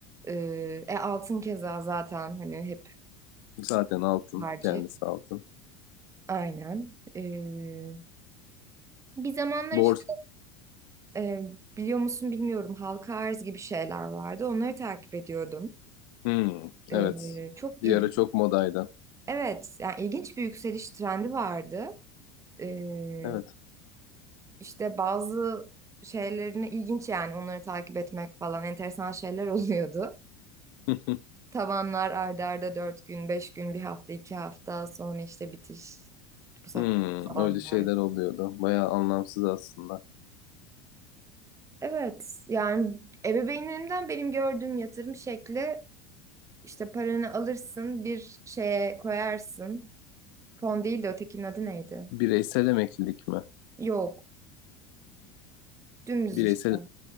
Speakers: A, on the right; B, on the left.
A: Ee, e, altın keza zaten hani hep
B: Zaten altın.
A: tercih.
B: Kendisi altın.
A: Aynen. Ee, bir zamanlar
B: Bors.
A: işte Ee, biliyor musun bilmiyorum halka arz gibi şeyler vardı. Onları takip ediyordum.
B: Hı,
A: Ee,
B: evet.
A: çok
B: Bir
A: ilginç.
B: ara çok modaydı.
A: Evet, yani ilginç bir yükseliş trendi vardı. Ee,
B: Evet.
A: işte bazı şeylerini ilginç yani onları takip etmek falan enteresan şeyler <laughs> oluyordu.
B: Hı hı.
A: Tavanlar ardarda arda dört gün, beş gün, bir hafta, iki hafta sonra işte bitiş. Bu sefer
B: Hı,
A: tabanlar.
B: öyle şeyler oluyordu. Bayağı anlamsız aslında.
A: Evet, yani ebeveynlerimden benim gördüğüm yatırım şekli İşte paranı alırsın bir şeye koyarsın. Fon değil de ötekinin adı neydi?
B: Bireysel emeklilik mi?
A: Yok. Dümdüz
B: Bireysel
A: işte.